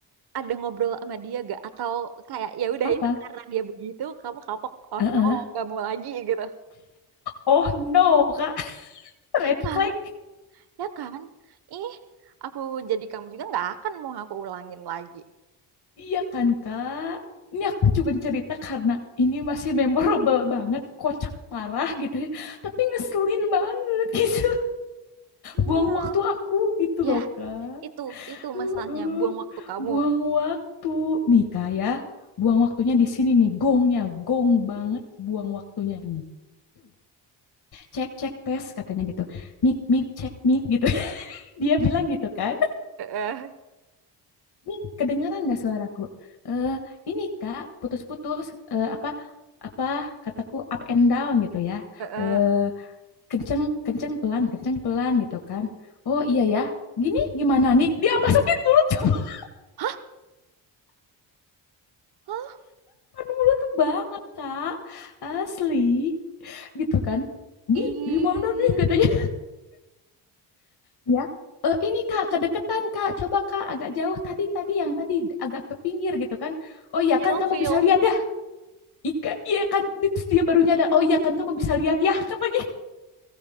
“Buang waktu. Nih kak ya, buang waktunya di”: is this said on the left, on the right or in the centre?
Left